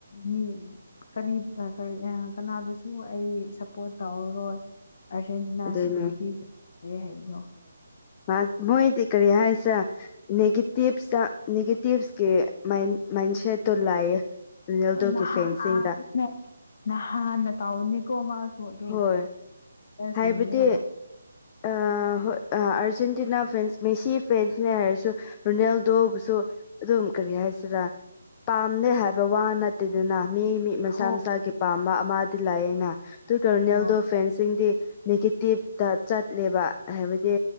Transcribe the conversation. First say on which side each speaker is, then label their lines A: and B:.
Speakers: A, on the left (about 40°); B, on the left (about 20°).
A: ꯃꯤ ꯀꯔꯤ ꯑ ꯀꯔꯤ ꯀꯅꯥꯕꯨꯁꯨ ꯑꯩ ꯁꯞꯄꯣꯔꯠ ꯇꯧꯔꯔꯣꯏ ꯑꯥꯔꯖꯦꯟꯇꯤꯅꯥ
B: ꯑꯗꯨꯅꯦ
A: ꯁꯤꯔꯗꯤ ꯔꯦ ꯍꯥꯏꯕꯗꯣ
B: ꯐꯔꯥꯟꯁ ꯃꯣꯏꯗꯤ ꯀꯔꯤ ꯍꯥꯏꯁꯤ꯭ꯔꯥ ꯅꯦꯒꯦꯇꯤꯞꯁꯇ ꯅꯦꯒꯦꯇꯤꯞꯁꯀꯤ ꯃꯥꯏꯟ ꯃꯥꯏꯟꯁꯦꯠꯇꯨ ꯂꯥꯏꯌꯦ ꯔꯣꯅꯦꯜꯗꯣꯒꯤ
A: ꯅꯍꯥꯟ
B: ꯐꯦꯟꯁꯤꯡꯗ
A: ꯅꯍꯥꯟꯅ ꯇꯧꯅꯤꯀꯣ ꯃꯥꯁꯨ ꯑꯗꯨꯝ
B: ꯍꯣꯏ ꯍꯥꯏꯕꯗꯤ
A: ꯁꯦꯡꯉꯒ ꯂꯥꯛ
B: ꯑ ꯑ ꯍꯣꯏ ꯑ ꯑꯥꯔꯖꯦꯟꯇꯤꯅꯥ ꯐꯦꯟꯁ ꯃꯦꯁꯤ ꯐꯦꯟꯁꯅꯦ ꯍꯥꯏꯔꯁꯨ ꯔꯣꯅꯦꯜꯗꯣꯕꯨꯁꯨ ꯑꯗꯨꯝ ꯀꯔꯤ ꯍꯥꯏꯁꯤꯔ ꯄꯥꯝꯗꯦ ꯍꯥꯏꯕ ꯋꯥ ꯅꯠ ꯠꯇꯦꯗꯅ ꯃꯤ ꯃꯤ ꯃꯁꯥ
A: ꯍꯣ
B: ꯃꯁꯥꯒꯤ ꯄꯥꯝꯕ ꯑꯃꯗꯤ ꯂꯥꯛꯑꯦꯅ ꯑꯗꯨ ꯗꯔꯣꯅꯦꯜꯗꯣ
A: ꯍꯣꯏ
B: ꯐꯦꯟꯁꯤꯡꯗꯤ ꯅꯦꯒꯦꯇꯤꯞꯇ ꯆꯠꯂꯦꯕ ꯍꯥꯏꯕꯗꯤ